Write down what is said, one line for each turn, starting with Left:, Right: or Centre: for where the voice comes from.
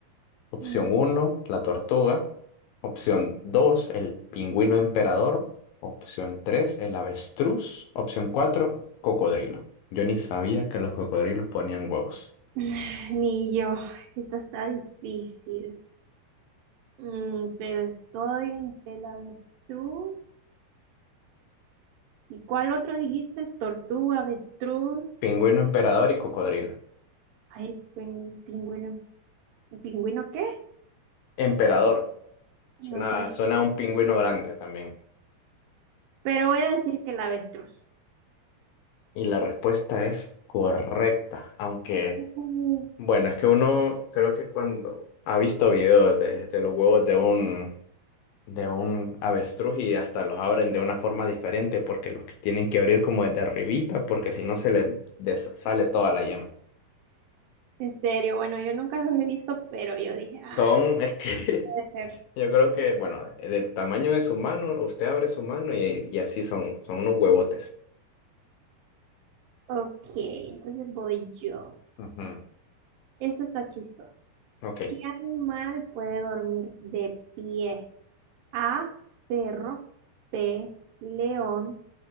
Left: Opción
Right: Mm,
Left: uno, la tortuga. Opción dos, el pingüino emperador. Opción tres, el avestruz. Opción cuatro, cocodrilo. Yo ni sabía que los cocodrilos ponían huevos.
Right: <sighs> Ni yo. Esta está difícil. Mm, Pero estoy entre el avestruz. ¿Y cuál otro dijiste? Tortuga, avestruz.
Left: Pingüino emperador y cocodrilo.
Right: Ay, el pin- pingüino, ¿pingüino qué?
Left: Emperador. Suena,
Right: No sabe.
Left: suena a un pingüino grande también.
Right: Pero voy a decir que el avestruz.
Left: Y la respuesta es correcta. Aunque,
Right: Ujú.
Left: bueno, es que uno creo que cuando ha visto videos de, de los huevos de un, de un avestruz y hasta los abren de una forma diferente porque los que tienen que abrir como desde arribita porque si no se les des- sale toda la yema.
Right: En serio, bueno, yo nunca los he visto, pero yo dije,
Left: Son,
Right: ah,
Left: es que <laughs>
Right: puede ser.
Left: yo creo que, bueno, del tamaño de su mano, usted abre su mano y, y así son, son unos huevotes.
Right: Ok, entonces voy yo.
Left: Ujú.
Right: Esto está chistoso.
Left: Ok.
Right: ¿Qué animal puede dormir de pie? A, perro, B, león,